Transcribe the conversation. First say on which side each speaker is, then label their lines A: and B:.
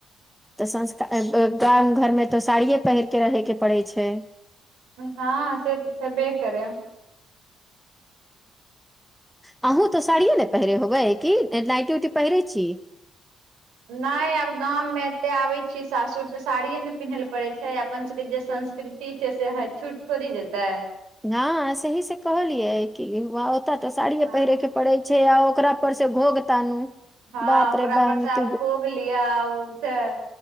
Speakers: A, in the centre; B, on the right (about 80°).
A: तऽ संस्कार गाम घरमे तऽ साड़िये पहिर केँ रहय केँ पड़ै छै
B: हँ से तऽ छबे करै
A: आहुँ तऽ साड़िये नऽ पहिरे होबै कि नाइटी उइटी पहिरै छी
B: नय आब गाममे एते आबै छिये सासुर तऽ साड़िए नऽ पिन्है लऽ पड़ै छै अपन सभके जे संस् कृती छै से है छूट थोड़ी जेतै
A: ना सही से कहलियै कि ओता तऽ साड़ीए
B: हँ
A: पहिरे केँ पड़े छै आ ओकरा पर से घोघ तानू
B: हँ
A: बाप
B: ओकरा
A: रे बाप
B: पर से आब घोग लिअ उ तेँ